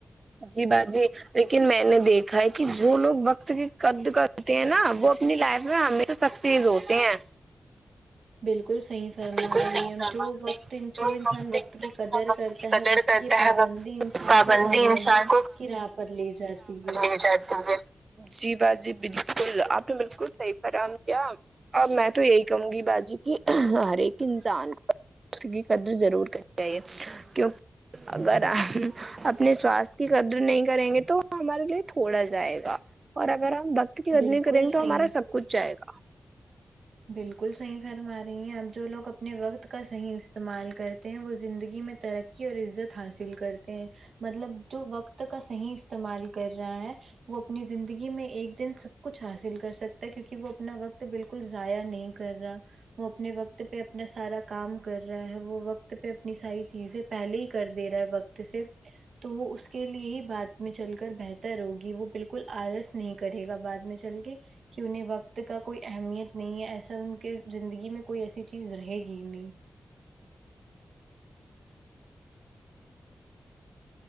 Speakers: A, on the right; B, on the right.
A: جی باجی لیکن میں نے دیکھا ہے کہ جو لوگ وقت کے قد کرتے ہیں نا وہ اپنی لائف میں ہمیشہ سب چیز ہوتے ہیں
B: بالکل صحیح فرما
A: بالکل
B: رہی
A: صحیح
B: ہیں اب
A: فرما
B: جو
A: آپ
B: وقت
A: نے
B: جو انسان وقت
A: انسان
B: کی قدر
A: وقت
B: کرتا
A: کی قدر
B: ہے وقت
A: کرتا
B: کی پابندی
A: ہے وقت
B: انسان
A: پابندی
B: کو کامیابی
A: انسان
B: کی راہ پر لے جاتی ہے
A: نہیں چاہتے ہوئے جی با جی بالکل آپ نے بالکل صحیح فرم کیا اب میں تو یہی کہوں گی باجی کہ ہر ایک انسان کو کی قدر ضرور کرنی چاہے کیو اگر اھم اگ اپنے سوستھ کی قدر نہیں کریں گے تو ہمارے لیے تھوڑا جائے گا اور اگر ہم وق ت کی قدر
B: بالکل
A: نہیں کریں گے
B: صحیح
A: تو ہمارا سب کچھ جائے گا
B: بالکل صحیح فرما رہی ہیں اب جو لوگ اپنے وقت کا صحیح استعمال کرتے ہیں وہ زندگی میں ترق قی اور عزت حاصل کرتے ہیں مطلب جو وقت کا تو صحیح استعمال کر رہا ہے وہ اپنی زندگی میں ایک دن سب کچھ حاصل کر سکتا ہے کیونکہ وہ اپنا وقت بالکل ضائع نہیں کر رہا وہ اپنے وقت ت پہ اپنا سارا کام کر رہا ہے وہ وقت پہ اپنی ساری چیزیں پہلے ہی کر دے رہا ہے وقت سے تو وہ اس کے لیے ہی بات میں چل کر بہتر ہوگی وہ بالکل آلس نہیں کرے گا بعد میں چل گئے کہ انہیں وقت کا کوئی اہمیت نہیں ہے ایسا ان کے زندگی میں کوئی ایسی چیز رہے گی ہی نہیں